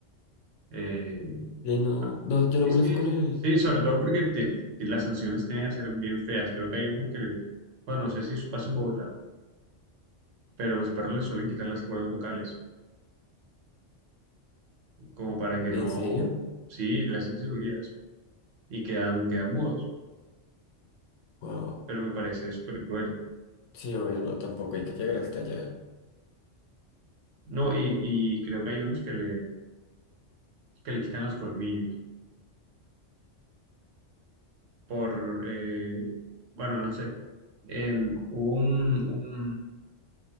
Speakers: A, on the right; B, on the left.
A: eh,
B: Le no,
A: Ah,
B: no, yo no
A: Sí,
B: molesto
A: sí,
B: con
A: sí,
B: él.
A: sí, sobre todo porque te- te- las sanciones tienen a ser bien feas. Creo que hay unos que, le- bueno, no sé si eso pasa en Bogotá, pero los perros les suelen quitar las cuerdas vocales, como para que
B: ¿En
A: no,
B: serio?
A: sí, le hacen cirugías y quedan, quedan mudos,
B: Wow.
A: pero me parece súper cruel.
B: Sí, obvio, no, tampoco hay que llegar hasta allá.
A: No, y, y creo que hay unos que le, que le quitan los colmillos por, eh, bueno, no sé. Eh, hubo un, un